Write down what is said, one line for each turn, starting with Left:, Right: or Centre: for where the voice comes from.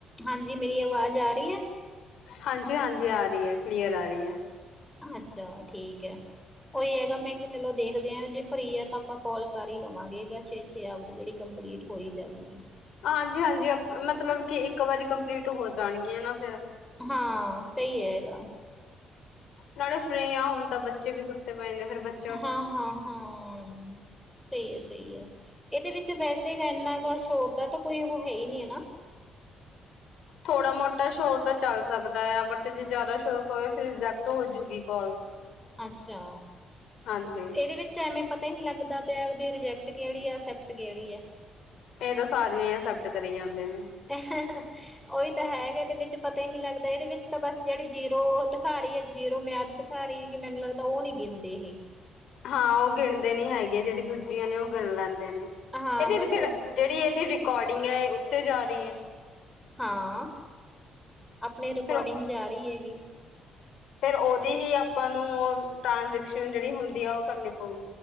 Centre: ਹਾਂਜੀ ਮੇਰੀ ਆਵਾਜ਼ ਆ ਰਹੀ ਹੈ
Left: ਹਾਂਜੀ-ਹਾਂਜੀ ਆ ਰਈ ਐ ਕਲੀਅਰ ਆ ਰਈ ਐ।
Centre: ਅੱਛਾ ਠੀਕ ਐ। ਉਹੀ ਹੈਗਾ ਮੈਂ ਕਿਆ ਚਲੋ ਦੇਖਦੇ ਆਂ ਜੇ ਫਰੀ ਐ ਤਾਂ ਆਪਾਂ ਕੋਲ ਕਰ ਹੀ ਲਵਾਂਗੇ ਗੈਛੇ ਛਿਆ ਆਪ ਦੀ ਜੇੜੀ ਕੰਪਲੀਟ ਹੋਈ ਜਾਵੇਗੀ।
Left: ਹਾਂਜੀ-ਹਾਂਜੀ ਮਤਲਬ ਕਿ ਇੱਕ ਵਾਰੀ ਕੰਪਲੀਟ ਹੋ ਜਾਣਗੀਆਂ ਫਿਰ
Centre: ਹਾਂ, ਸਹੀ ਹੈਗਾ।
Left: ਨਾਲੇ ਫਰੀ ਆ, ਹੁਣ ਤਾਂ ਬੱਚੇ ਵੀ ਸੁੱਤੇ ਪਏ ਨੇ ਫੇਰ ਬੱਚ
Centre: ਹਾਂ-ਹਾਂ-ਹਾਂ। ਸਹੀ ਹੈ-ਸਹੀ ਹੈ, ਇਹਦੇ ਵਿੱਚ ਵੈਸੇ ਏਨਾ ਕੁਛ ਸ਼ੋਪ ਦਾ ਤਾਂ ਕੋਈ ਉ ਹੈ ਹੀ ਨਹੀਂ ਹੈਨਾ।
Left: ਥੋੜਾ-ਮੋਟਾ ਸ਼ੋਰ ਤਾਂ ਚੱਲ ਸਕਦਾ ਐ, ਬਟ ਜੇ ਜ਼ਿਆਦਾ ਸ਼ੋਰ ਪਵੇ ਫੇਰ ਰਿਜੈਕਟ ਹੋ ਜੂਗੀ ਕੋਲ।
Centre: ਅੱਛਾ,
Left: ਹਾਂਜੀ
Centre: ਇਹਦੇ ਵਿੱਚ ਐਵੇਂ ਪਤਾ ਹੀ ਨੀ ਲੱਗਦਾ ਪਿਆ ਕੀ ਰਿਜੈਕਟ ਕੇਹੜੀ ਐ ਅਕਸੈਪਟ ਕੇਹੜੀ ਐ।
Left: ਇਹ ਤਾਂ ਸਾਰੀਆਂ ਈ ਅਸੈਪਟ ਕਰੀ ਜਾਂਦੇ ਨੇ।
Centre: ਅਹੈਂਹੋਂ ਉਹੀ ਤਾਂ ਹੈ ਇਹਦੇ ਵਿੱਚ ਪਤਾ ਈ ਨਹੀਂ ਲੱਗਦਾ, ਇਹਦੇ ਵਿੱਚ ਤਾਂ ਬਸ ਜਿਹੜੀ ਜੀਰੋ ਦਿਖਾ ਰਹੀ ਐ ਜੀਰੋ ਮਿਆਦ ਦਿਖਾ ਰਹੀ ਏ। ਕਿ ਮੈਨੂੰ ਲੱਗਦਾ ਉਹ ਨੀ ਗਿਨਦੇ ਹੇ।
Left: ਹਾਂ, ਉਹ ਗਿਣਦੇ ਨੀ ਹੈਗੇ ਆ, ਜਿਹੜੀ ਦੂਜੀਆਂ ਨੇ ਉਹ ਗਿਣ ਲੈਂਦੇ ਨੇ।
Centre: ਹਾਂ
Left: ਏਹ ਦੇ
Centre: ਬਸ
Left: ਵਿਚ ਫੇਰ
Centre: ਉਹ,
Left: ਜੇਹੜੀ ਏਹਦੀ ਰਿਕਾਰੋਡਿੰਗ ਐੋ ਅਹ ਉੱਤੇ ਜਾ ਰਹੀ ਏ।
Centre: ਹਾਂ, ਅਪਨੀ ਰਿਕੋਡਿੰਗ
Left: ਫਿਰ
Centre: ਜਾ ਰੀ ਹੈਗੀ।
Left: ਫੇਰ ਔਹ ਦੀ ਹੀ ਆਪਾਂ ਨੂੰ ਔਹ ਟ੍ਰਾਂਜੈਕਸ਼ਨ ਜਿਹੜੀ ਹੁੰਦੀ ਹਾ ਉਹ ਕਰਨੀ ਪਊ।